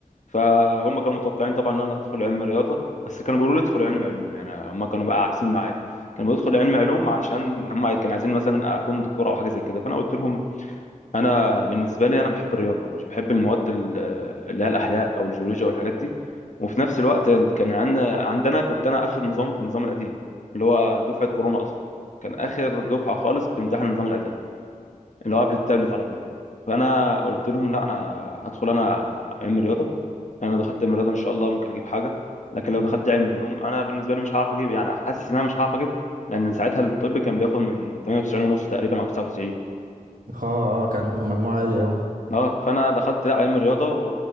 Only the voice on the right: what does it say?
اه اه كان مجموعة عالي اوي